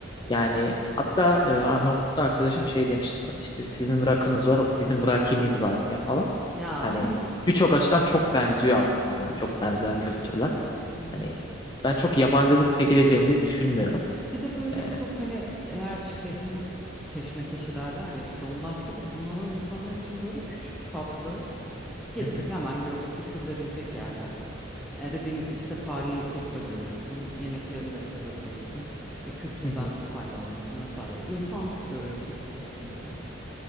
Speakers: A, on the left; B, in the centre.
A: Yani hatta e, Arnavutluk'ta arkadaşım şey demişti bana işte sizin rakınız var bizim rakimiz var diye falan.
B: Ya.
A: Hani
B: <laughs>
A: birçok açıdan çok benziyor aslında. Çok benzer
B: Hı hı.
A: kültürler.
B: Evet.
A: Hani ben çok yabancılık çekileceğini de düşünmüyorum.
B: Evet. Bir de böyle
A: Ee,
B: çok hani eğer şehrin keşmekeşi derler ya işte ondan çok bunalan insanlar için böyle küçük tatlı Gezilip
A: hı hı,
B: hemen görülüp bitirilebilecek yerler. E, dediğimiz gibi işte tarihi doku da görüyorsun, yemeklerini de tadabiliyorsun, işte kültürden
A: hı hı.
B: faydalanıyorsun vesaire. İnsan görüyorsun, değişik insan.